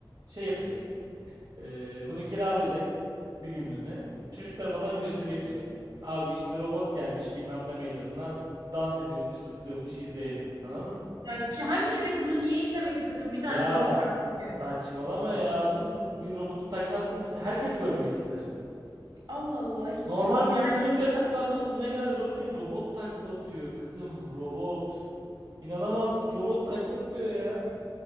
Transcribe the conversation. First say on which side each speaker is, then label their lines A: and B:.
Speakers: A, on the right (about 60°); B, on the right (about 80°).
A: şey yapacak. E, bunu kiralayacak bir günlüğüne. Çocuklar falan gösteri yapacak. Abi işte robot gelmiş bilmem ne meydanına dans ediyormuş zıplıyormuş izleyelim. Anladın?
B: Ya ki hangi çocuk bunu niye izlemek istesin? Bir tane
A: Ya
B: robot taklit atıyor.
A: saçmalama ya. Nasıl bir robotun takla attığını herkes görmek ister.
B: Allah Allah hiç
A: Normal
B: yani
A: bir insanın bile takla atması ne kadar zorken robot takla atıyor. Kızım robot. İnanamazsın robot takla atıyor ya.